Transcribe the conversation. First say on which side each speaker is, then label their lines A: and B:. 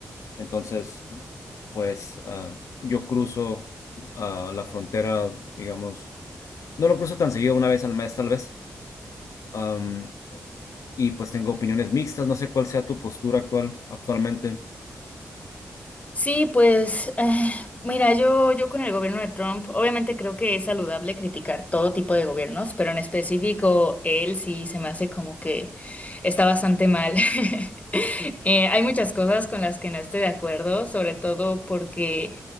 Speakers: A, on the left; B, on the left.
A: Entonces, pues ah, yo cruzo ah, la frontera, digamos, no lo cruzo tan seguido, una vez al mes tal vez. Am, y pues tengo opiniones mixtas, no sé cuál sea tu postura actual, actualmente.
B: Sí, pues eh, mira, yo, yo con el gobierno de Trump, obviamente creo que es saludable criticar todo tipo de gobiernos, pero en específico él sí se me hace como que está bastante mal. <laughs> <laughs> Eh, hay muchas cosas con las que no estoy de acuerdo, sobre todo porque